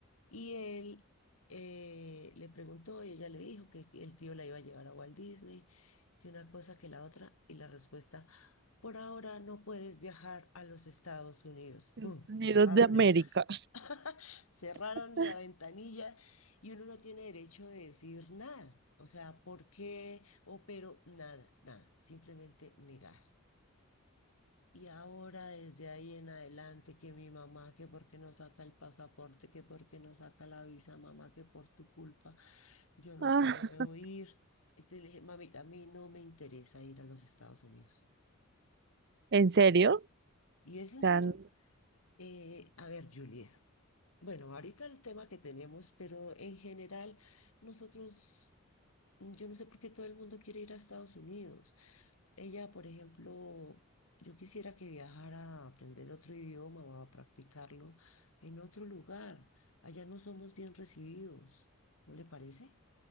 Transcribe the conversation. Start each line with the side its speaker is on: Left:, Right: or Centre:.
Left: Y él eh, le preguntó y ella le dijo que el tío la iba a llevar a Walt Disney, que una cosa que la otra, y la respuesta, por ahora no puedes viajar a los Estados Unidos.
Right: Estados
Left: ¡Pum!
Right: Unidos
Left: Cerraron
Right: de América.
Left: el, <laughs> cerraron
Right: <laughs>
Left: la ventanilla y uno no tiene derecho de decir nada. O sea, ¿por qué? O pero nada, nada, simplemente negar. Y ahora desde ahí en adelante que mi mamá, que por qué no saca el pasaporte, que por qué no saca la visa, mamá, que por tu culpa yo no
Right: Ah,
Left: puedo ir. Entonces le dije, mami, a mí no me interesa ir a los Estados Unidos.
Right: ¿en serio? O
Left: Y es en
Right: sea,
Left: serio.
Right: n-
Left: Eh, a ver, Juliet. Bueno, ahorita el tema que tenemos, pero en general nosotros, yo no sé por qué todo el mundo quiere ir a Estados Unidos. Ella, por ejemplo, yo quisiera que viajara a aprender otro idioma o a practicarlo en otro lugar. Allá no somos bien recibidos, ¿no le parece?